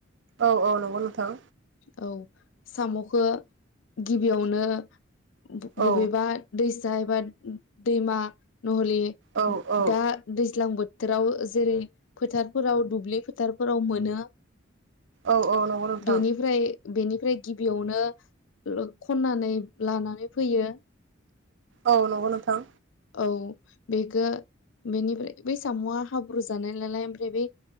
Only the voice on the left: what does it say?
औ साम'खौ गिबियावनो ब बबेबा
दै सा एबा दैमा नहलि
दा दैज्लां बो जेराव जेरै फोथारफोराव दुब्लि फोथारफोराव मोनो
बेनिफ्राय बेनिफ्राय गिबियावनो खन्नानै लानानै फैयो।
औ बेखौ बेनिफ्राय बै साम'आ हाब्रु जानाय नालाय, ओमफ्राय बे